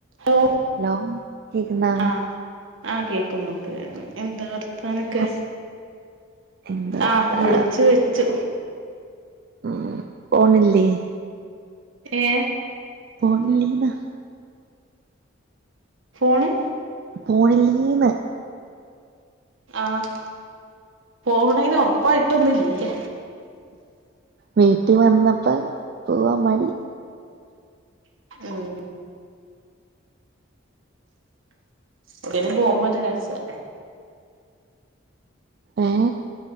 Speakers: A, on the right; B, on the right.
A: Hello
B: hello കേക്കുന്നോ
A: ആഹ് ആഹ് കേക്കുന്നുണ്ട് എന്താ വർത്താനൊക്കെ
B: ഹസ് എന്ത് വർത്താ
A: ആഹ് വിളിച്ചു വെച്ചു
B: ഉം പോണില്ലേ
A: ഏഹ്
B: പോണില്ലേന്ന്
A: ഫോണ്
B: പോണില്ലീന്ന്
A: ആഹ് പോവ്ണേന് ഒറപ്പായിട്ടൊന്നുല്ല
B: വീട്ടി വന്നപ്പ പോവാ മടി
A: ഉം എവുട്ക്കേലും പോകുമ്പ ഒരു രസാ
B: ഏ